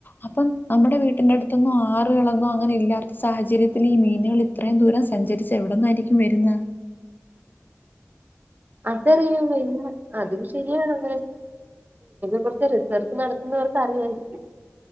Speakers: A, on the left; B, on the right.
A: അപ്പം നമ്മുടെ വീട്ടിന്റെ അടുത്തന്നോ ആറുകളന്നോ അങ്ങനെ ഇല്ലാത്ത സാഹചര്യത്തിൽ ഈ മീനുകൾ ഇത്രയും ദൂരം സഞ്ചരിച്ച എവിടന്നായിരിക്കും വരുന്ന
B: ആ അറിയുള്ളൂ ഇതുങ്ങളെ അതും ഷ <unintelligible> കുറച്ച് റിസർച്ച് നടത്തുന്നവർക്ക് അറിയായിരിക്കും